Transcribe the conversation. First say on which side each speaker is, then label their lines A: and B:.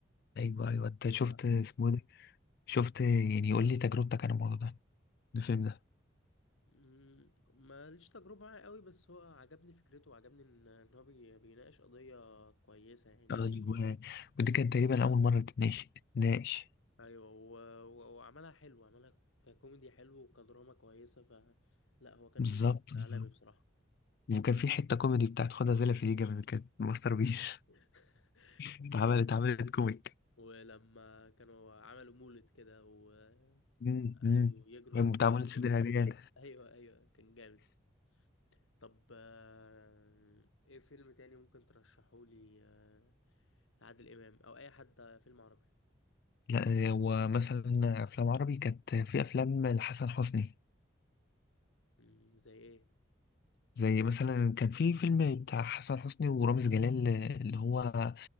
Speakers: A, on the left; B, on the left.
A: ايوه ايوه انت شفت
B: آه،
A: اسمه إيه ده شفت يعني قول لي تجربتك عن الموضوع ده الفيلم ده
B: مم، ماليش تجربه معاه قوي بس هو عجبني فكرته وعجبني ان إن هو بي... بيناقش قضيه كويسه يعني
A: ايوه ودي كانت تقريبا اول مره تتناقش تتناقش
B: ايوه و- و- وعملها حلو عملها ككوميدي حلو وكدراما كويسه ف لا هو كان
A: بالظبط بالظبط
B: عالمي بصراحه
A: وكان في حته كوميدي بتاعت خدها زي في دي من كانت ماستر بيس
B: <laughs>
A: <laughs> اتعملت اتعملت كوميك
B: ولما كانوا عملوا مولد كده وقعدوا
A: امم
B: يجروا
A: امم
B: وهم
A: بتعمل
B: قاعدين.
A: صدر عريان
B: ايوه ايوه كان جامد طب آه، ايه فيلم تاني ممكن ترشحه لي آه، لعادل امام او اي حد فيلم عربي
A: لا هو مثلا افلام عربي كانت في افلام لحسن حسني
B: مم، زي ايه
A: زي مثلا كان في فيلم بتاع حسن حسني ورامز جلال اللي هو